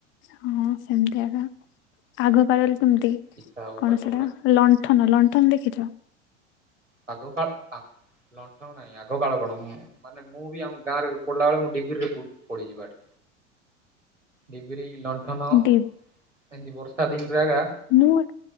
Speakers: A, on the left (about 35°); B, on the right (about 90°).
A: ହଁ, ସେମତି ଆକା। ଆଗ କାଳରେ କେମିତି,
B: ଇଚ୍ଛା ହବ
A: କଣ
B: ପାଠ
A: ସେଟା
B: ପଢା
A: ଲ ଣ୍ଠନ, ଲଣ୍ଠନ ଦେଖିଛ?
B: ଆଗ କାଳ ଆ ଲଣ୍ଠନ ନାହିଁ। ଆଗ କାଳ କଣ, ମାନେ, ମୁଁ ବି ଆମ ଗାଁରେ ପଢ଼ିଲା ବେଳେ, ମୁଁ ଡିବ୍ରିରେ ପଡ଼ିଚି ପାଠ। ଡିବ୍ରି, ଲଣ୍ଠନ
A: ଡି
B: ଏମିତି ବର୍ଷା ଦିନରେ ଆକା
A: ମୁଁ।